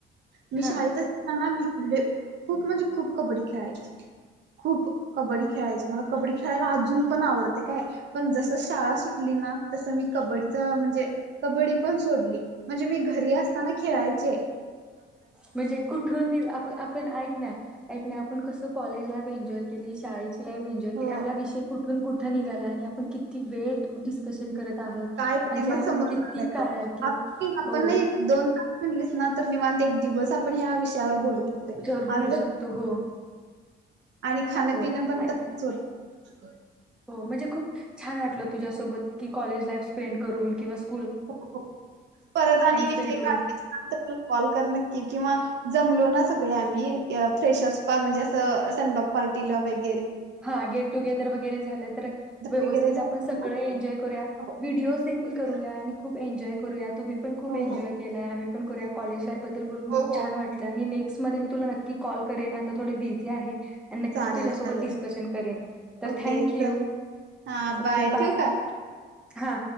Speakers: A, on the right; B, in the centre.
A: मी
B: हा
A: शाळेत असताना ना मी खूप म्हणजे खूप कबड्डी खेळायची. खूप कबड्डी खेळायची. मला कबड्डी खेळायला अजून पण आवडतयं काय. पण जसं शाळा सुटली ना तसं मी कबड्डी. म्हणजे कबड्डी पण सोडली. म्हणजे मी घरी असताना खेळायचे. -
B: म्हणजे कुठून आपण ऐक ना ऐक ना आपण कसं कॉलेज लाईफ मज्जा केली. शाळेेत एंजॉय
A: हो
B: केली आपला विषय कुठून कुठे निघाला आणि आपण किती वेळ डिस्कशन करत. आहोत
A: काय वेळच
B: म्हणजे आपण
A: समजल
B: किती
A: नाही
B: काळात
A: बघ.
B: की
A: आपण
B: हो
A: ना एक-दोन-तास म्हणलीस ना. तर निवांत एक दिवस. आपण ह्या विषयावर बोलू शकतोय.
B: जर बोलू
A: आम्ही
B: शकतो हो
A: आणि खाण
B: हो
A: पिनं पण
B: आणि
A: त्यातच होईल. <inaudible>
B: हो म्हणजे खूप छान वाटलं तुझ्यासोबत की कॉलेज लाईफ स्पेंड करून किंवा सु
A: <unintelligible> परत आणि विषय
B: स्पेंड करून
A: काढलेच <unintelligible> कॉल कर नक्की किंवा जम जामलो ना सगळे आम्ही फ्रेशर्स पा म्हणजे असं सेंड ऑफ पार्टी ला वैगे
B: हां गेट टुगेदर वगैरे झालं तर व्यवस्थित
A: वगैरे झालं
B: आपण सगळ
A: ना
B: एन्जॉय करूया
A: हो
B: व्हिडिओज देखील
A: बोलूया
B: करूया आणि खूप एन्जॉय करूयात. तुम्ही प खूप
A: हो
B: एन्जॉय
A: हो
B: केलाय आम्ह आपण करूया कॉलेज लाइफ ब द्दल बोलून
A: हो
B: खूप
A: हो
B: छान वाटलं आणि नेक नेक्स्ट मध्ये मी तुला नक्की कॉल करेन आता थोडी बिझी आहे. आणि नक्की
A: चालेल
B: तुझ्यासोबत
A: चालेल
B: डिस <unintelligible> करेन <inaudible> तर
A: ओके
B: थँक्यू
A: चल हा
B: ओके बाय
A: ठेवू का
B: <inaudible> हा.